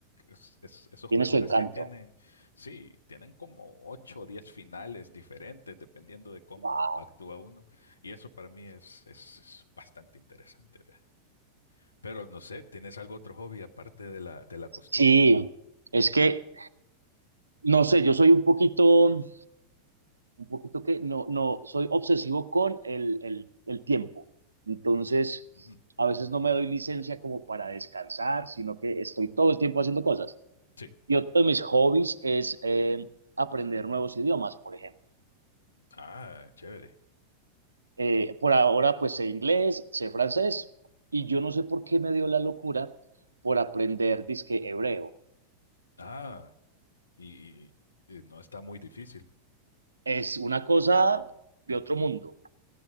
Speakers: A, on the left; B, on the right.
A: es- es- esos
B: Tiene
A: juegos
B: su encanto.
A: así tienen, sí, tienen como 8 o 10 finales diferentes dependiendo de cómo
B: Guau.
A: actúa uno. Y eso para mí es, es, es bastante interesante, vea. Pero no sé, ¿tienes algo otro hobby aparte de la, de la costura?
B: Sí, es que, no sé, yo soy un poquito, un poquito que, no, no, soy obsesivo con el, el, el tiempo. Entonces,
A: Ujú,
B: a veces no me doy licencia como para descansar, sino que estoy todo el tiempo haciendo cosas.
A: Sí.
B: Y otro de mis hobbies es eh, aprender nuevos idiomas, por ejemplo.
A: Ah, chévere.
B: Eh, por ahora, pues sé inglés, sé francés, y yo no sé por qué me dio la locura por aprender disque hebreo.
A: Ah, y, y- y no está muy difícil.
B: Es una cosa de otro mundo,